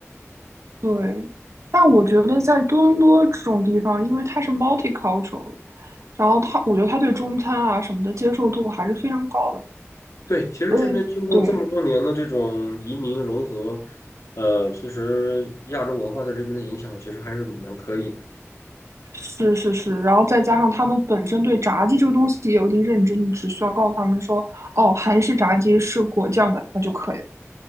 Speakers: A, on the right; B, on the left.
A: 对。但我觉得在多伦多这种地方，因为它是 multicultural 然后他，我觉得他对中餐啊什么的接受度还是非常高的，
B: 对，其实这边经过这么多年的这种移民融合，
A: 所以对，
B: 呃，其实亚洲文化在这边的影响其实还是蛮可以的。
A: 是是是，然后再加上他们本身对炸鸡这个东西也有一定认知，你只需要告诉他们说，哦，韩式炸鸡是果酱的，那就可以了。